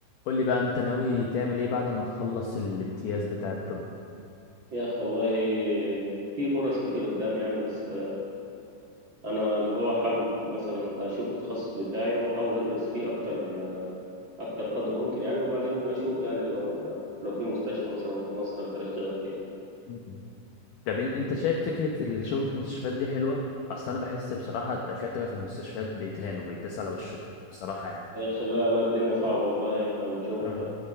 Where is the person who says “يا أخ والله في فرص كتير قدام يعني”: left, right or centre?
Right